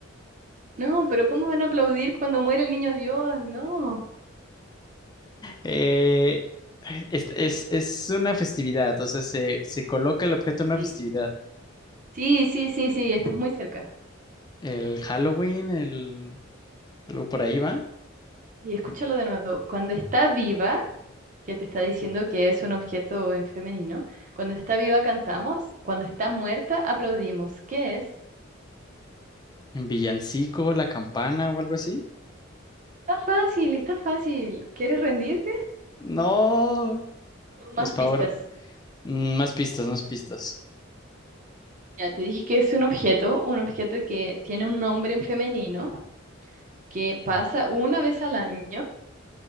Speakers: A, on the right; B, on the left.
A: No, pero ¿cómo van a aplaudir cuando muere el niño Dios? No.
B: Eh, es, es- es una festividad, o sea, se, se coloca el objeto en una
A: Sí,
B: festividad.
A: sí, sí, sí, sí, estás muy cerca.
B: El Halloween, el, algo por ahí va.
A: Y escúchalo de nuevo. Cuando está viva, que te está diciendo que es un objeto en femenino, cuando está viva cantamos, cuando está muerta aplaudimos. ¿Qué es?
B: En villancico, la campana o algo así.
A: Está fácil, está fácil. ¿Quieres rendirte?
B: No,
A: Más
B: los Power.
A: pistas.
B: mm, Más pistas, más pistas.
A: Ya te dije que es un objeto, un objeto que tiene un nombre en femenino, que pasa una vez al año,